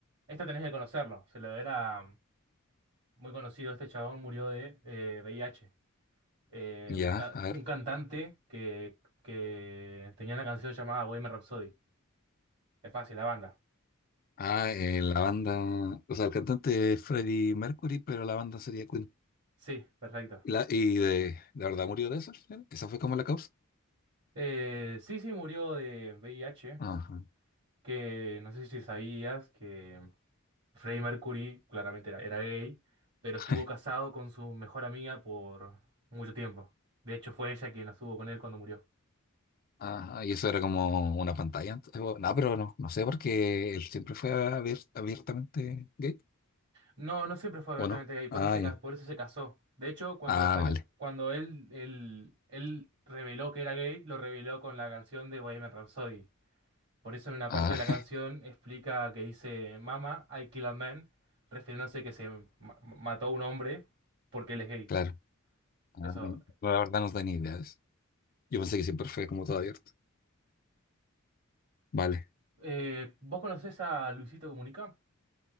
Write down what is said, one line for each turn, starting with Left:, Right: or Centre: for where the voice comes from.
Right: Este tenés que conocerlo, se lo era muy conocido, este chabón murió de eh, VIH. Eh,
Left: Ya,
Right: un, ca-
Left: a ver.
Right: un cantante que, que tenía una canción llamada Bohemian Rhapsody. Es fácil, la banda.
Left: Ah, eh, la banda, o sea, el cantante es Freddie Mercury, pero la banda sería Queen.
Right: Sí, perfecto.
Left: ¿Y, la, y de, de verdad murió de eso al final? ¿Esa fue como la causa?
Right: Eh, sí, sí, murió de VIH,
Left: Ajá.
Right: que no sé si sabías que... Freddie Mercury claramente era, era gay, pero
Left: <laughs>
Right: estuvo casado con su mejor amiga por mucho tiempo. De hecho, fue ella quien estuvo con él cuando murió.
Left: Ajá, y eso era como una pantalla. antes, o- No, pero no, no sé, porque él siempre fue abier- abiertamente gay,
Right: No, no siempre fue abiertamente
Left: ¿o no?
Right: gay, por
Left: Ah,
Right: eso se,
Left: ya.
Right: ca- por eso se casó. De hecho, cuando,
Left: Ah,
Right: sale,
Left: vale.
Right: cuando él, él, él reveló que era gay, lo reveló con la canción de Bohemian Rhapsody. Por eso en una
Left: Ah,
Right: parte de la canción
Left: <laughs>
Right: explica que dice, Mama, I kill a man, refiriéndose que se ma- mató a un hombre porque él es gay.
Left: claro. Ah,
Right: Eso.
Left: no, la verdad no tenía ideas. Yo pensé que siempre fue como todo abierto. Vale.
Right: Eh, ¿vos conocés a Luisito Comunica?